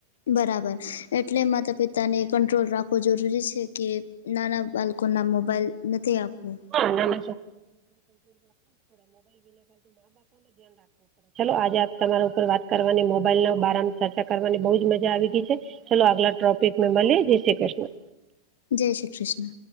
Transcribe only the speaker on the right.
<unintelligible> ચાલલો આજે આપ તમારા ઉપર વાત કરવાની મોબાઈલ ના બારરામાં ચર્ચા કરવાની બહુજ મજા આવી ગઈ છે. ચાલલો અગલા ટ્રોપિક મેં મળલી જય શ્રી કૃષ્ણ.